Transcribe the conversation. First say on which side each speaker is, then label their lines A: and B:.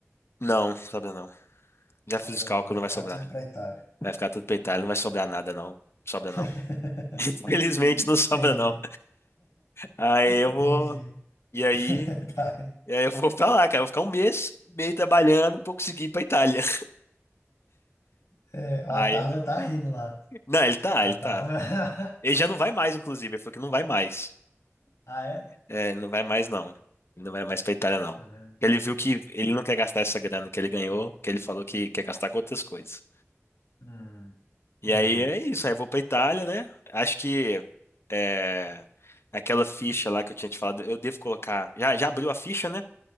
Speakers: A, on the left; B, on the left.
A: Não, sobra não. Já
B: Sobra
A: fiz os cálculos,
B: não, vai
A: não
B: ficar
A: vai sobrar.
B: tudo para Itália.
A: Vai ficar tudo pra Itália, não vai sobrar nada, não. Sobra não.
B: <laughs>
A: <laughs> Infelizmente, não sobra
B: Entendi,
A: não. Aí eu
B: entendi.
A: vou, e aí,
B: <laughs> Tá.
A: e aí eu vou pra lá, cara. Eu vou ficar um mês e meio trabalhando pra eu conseguir ir pra Itália.
B: É, a
A: Aí,
B: Tarva tá rindo lá.
A: não, ele tá,
B: A
A: ele
B: Tarva.
A: tá. Ele já não vai mais, inclusive. Ele falou que não vai mais.
B: <laughs> Ah, é?
A: É, ele não vai mais, não. Ele não vai mais pra Itália, não.
B: Tá vendo?
A: Ele viu que ele não quer gastar essa grana que ele ganhou, porque ele falou que quer gastar com outras coisas.
B: Hum,
A: E
B: entendi.
A: aí é isso, aí eu vou pra Itália, né? Acho que é, aquela ficha lá que eu tinha te falado, eu devo colocar. Já, já abriu a ficha, né?